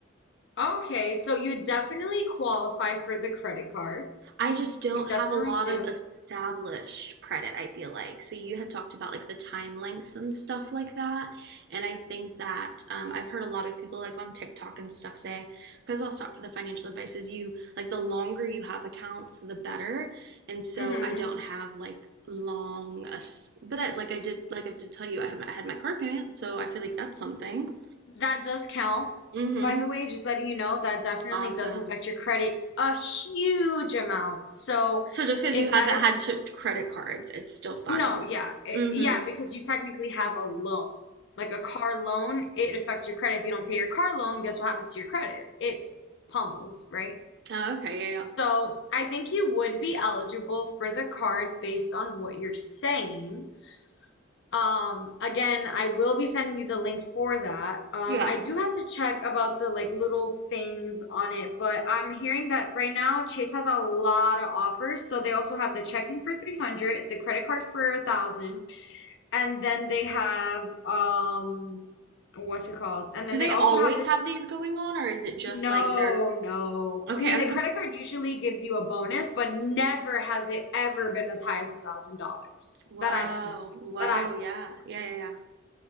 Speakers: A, on the left; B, on the right.
A: Okay, so you definitely qualify for the credit card.
B: I just don't
A: You definitely
B: have a lot
A: do.
B: of established credit, I feel like. So you had talked about like the time lengths and stuff like that. And I think that um, I've heard a lot of people like on TikTok and stuff say, because I'll stop for the financial advice, is you like the longer you have accounts, the better. And so
A: Hmm.
B: I don't have like long, but I, like I did, like I did tell you, I had, I had my car payment. So I feel like that's something.
A: That does count.
B: Mm-hmm.
A: By the way, just letting you know, that definitely
B: Awesome.
A: does affect your credit a huge amount. So
B: So just because
A: if
B: you haven't
A: that is,
B: had to credit cards, it's still fine.
A: no, yeah, it,
B: Mm-hmm.
A: yeah, because you technically have a loan. Like a car loan, it affects your credit. If you don't pay your car loan, guess what happens to your credit? It pummels, right?
B: Oh, okay, yeah, yeah.
A: So I think you would be eligible for the card based on what you're saying. Um, again, I will be sending you the link for that. Um,
B: Yeah.
A: I do have to check about the like little things on it, but I'm hearing that right now Chase has a lot of offers. So they also have the checking for 300, the credit card for a thousand, and then they have um what's it called? And
B: Do
A: then
B: they
A: they also
B: always
A: have this
B: have these going on, or is it just
A: no,
B: like they're
A: no.
B: okay?
A: I mean,
B: I was
A: the
B: gonna.
A: credit card usually gives you a bonus, but never has it ever been as high as a thousand dollars
B: Whoa,
A: that I've seen.
B: whoa,
A: That I've seen
B: yeah,
A: myself.
B: yeah, yeah, yeah.